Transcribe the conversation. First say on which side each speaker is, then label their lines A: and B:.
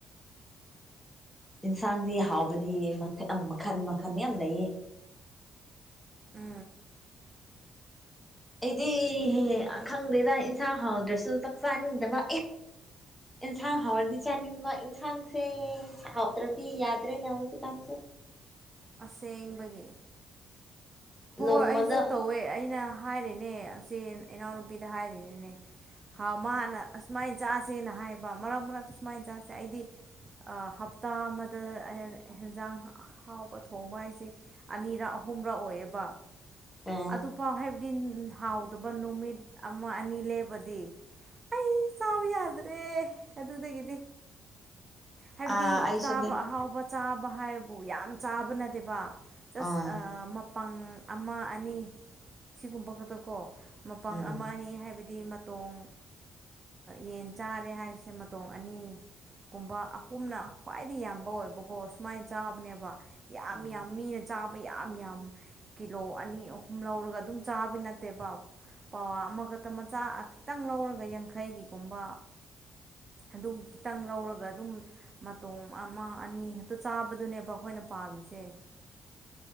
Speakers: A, in the centre; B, on the right.
A: ꯌꯦꯟꯁꯥꯡꯗꯤ ꯍꯥꯎꯕꯗꯤ ꯌꯥꯝ ꯃꯈꯟ ꯃꯈꯟ ꯌꯥꯝ ꯂꯩꯌꯦ꯫
B: ꯎꯝ
A: ꯑꯩꯗꯤ ꯈꯪꯗꯦꯗ ꯏꯟꯁꯥꯡ ꯍꯥꯎꯗ꯭ꯔꯁꯨ ꯆꯥꯛ ꯆꯥꯅꯤꯡꯗꯕ꯫ ꯌꯦꯟꯁꯥꯡ ꯍꯥꯎꯔꯗꯤ ꯆꯥꯅꯤꯡꯕ ꯌꯦꯟꯁꯥꯡꯁꯦ ꯍꯥꯎꯗ꯭ꯔꯗꯤ ꯌꯥꯗ꯭ꯔꯦꯅꯦ ꯍꯧꯔꯗꯤꯀꯥꯟꯁꯦ꯫
B: ꯑꯁꯦꯕꯒꯦ꯫ ꯍꯣꯏ
A: ꯅꯣꯡꯃꯗ
B: ꯑꯩꯁꯨ ꯇꯧꯋꯦ ꯑꯩꯅ ꯍꯥꯏꯔꯤꯅꯦ ꯑꯁꯤ ꯏꯅꯥꯎꯅꯨꯄꯤꯗ ꯍꯥꯏꯔꯤꯅꯤꯅꯦ꯫ ꯍꯥꯎ ꯃꯥꯅ ꯑꯁꯨꯃꯥꯏꯅ ꯆꯥꯁꯦꯅ ꯍꯥꯏꯕ ꯃꯔꯛ ꯃꯔꯛꯇ ꯑꯨꯃꯥꯏꯅ ꯆꯥꯁꯦ ꯑꯩꯗꯤ꯫ ꯍꯞꯇꯥ ꯑꯃꯗ ꯑꯦꯟꯖꯥꯡ ꯍꯥꯎꯕ ꯊꯣꯡꯕ ꯍꯥꯏꯁꯦ ꯑꯅꯤꯔꯛ ꯑꯍꯨꯝꯔ ꯑꯣꯏꯌꯦꯕ꯫
A: ꯎꯝ
B: ꯑꯗꯨꯐꯥꯎ ꯍꯥꯏꯕꯗꯤ ꯍꯥꯎꯗꯕ ꯅꯨꯃꯤꯠ ꯑꯃ ꯑꯅꯤ ꯂꯦꯕꯗꯤ꯫ ꯑꯩ ꯆꯥꯕ ꯌꯥꯗ꯭ꯔꯦ ꯑꯗꯨꯗꯒꯤꯗꯤ꯫ ꯍꯥꯏꯕꯗꯤ
A: ꯑꯥ ꯑꯩꯁꯨꯅꯦ
B: ꯆꯥꯕ ꯑꯍꯥꯎꯕ ꯆꯥꯕ ꯍꯥꯏꯕꯕꯨ ꯌꯥꯝ ꯆꯥꯕ ꯅꯠꯇꯦꯕ꯫ ꯆꯁ
A: ꯑꯥ
B: ꯃꯄꯥꯡ ꯑꯃ ꯑꯅꯤ ꯁꯤꯒꯨꯝꯕ ꯈꯛꯇ ꯀꯣ ꯃꯄꯪ
A: ꯎꯝ
B: ꯑꯃ ꯑꯅꯤ ꯍꯥꯏꯕꯗꯤ ꯃꯇꯣꯡ ꯌꯦꯟ ꯆꯥꯔꯦ ꯍꯥꯏꯔꯤꯁꯦ ꯃꯇꯣꯡ ꯑꯅꯤ꯫ ꯒꯨꯝꯕ ꯑꯍꯨꯝꯅ ꯈ꯭ꯋꯥꯏꯗꯒꯤ ꯌꯥꯝꯕ ꯑꯣꯏꯕꯀꯣ ꯁꯨꯃꯥꯏꯅ ꯆꯥꯕꯅꯦꯕ꯫ ꯌꯥꯝ
A: ꯎꯝ
B: ꯌꯥꯝ ꯃꯤꯅ ꯆꯥꯕ ꯌꯥꯝ ꯌꯥꯝ ꯀꯤꯂꯣ ꯑꯅꯤ ꯑꯍꯨꯝ ꯂꯧꯔꯒ ꯑꯗꯨꯝ ꯆꯥꯕ ꯅꯠꯇꯦꯕ꯫ ꯄꯋꯥ ꯑꯃꯈꯛꯇ ꯃꯆꯥ ꯈꯤꯇꯪ ꯂꯧꯔꯒ ꯌꯥꯡꯈꯩꯒꯤꯒꯨꯝꯕ꯫ ꯑꯗꯨ ꯈꯤꯇꯪ ꯂꯧꯔꯒ ꯑꯗꯨꯝ ꯃꯇꯣꯝ ꯑꯃ ꯑꯅꯤ ꯈꯛꯇ ꯆꯥꯕꯗꯨꯅꯦꯕ ꯑꯩꯈꯣꯏꯅ ꯄꯥꯝꯃꯤꯁꯦ꯫